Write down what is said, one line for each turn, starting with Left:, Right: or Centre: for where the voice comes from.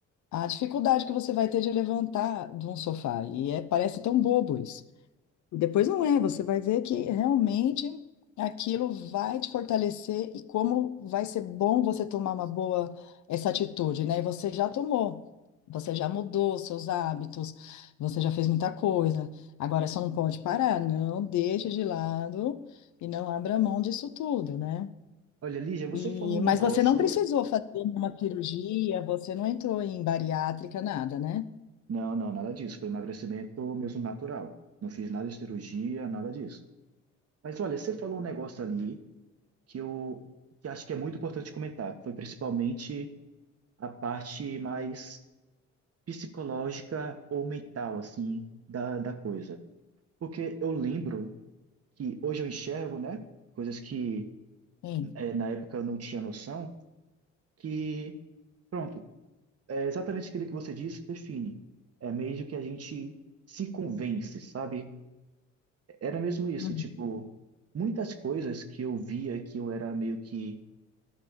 Left: a dificuldade que você vai ter de levantar de um sofá. E é, parece tão bobo isso. Depois não é, você vai ver que realmente aquilo vai te fortalecer e como vai ser bom você tomar uma boa essa atitude, né? E você já tomou, você já mudou seus hábitos, você já fez muita coisa. Agora só não pode parar, não deixe de lado e não abra mão disso tudo, né?
Right: Olha, Lígia, você
Left: E,
Right: falou um negócio.
Left: mas você não precisou fazer uma cirurgia, você não entrou em bariátrica, nada, né?
Right: Não, não, nada disso. Foi emagrecimento mesmo natural. Não fiz nada de cirurgia, nada disso. Mas olha, você falou um negócio ali que eu que acho que é muito importante comentar, que foi principalmente a parte mais psicológica ou mental, assim, da, da coisa. Porque eu lembro que hoje eu enxergo, né, coisas que
Left: Sim.
Right: é, na época eu não tinha noção, que, pronto, é exatamente aquilo que você disse, define. É meio que a gente se convence, sabe? Era mesmo isso,
Left: Uhum.
Right: tipo, muitas coisas que eu via que eu era meio que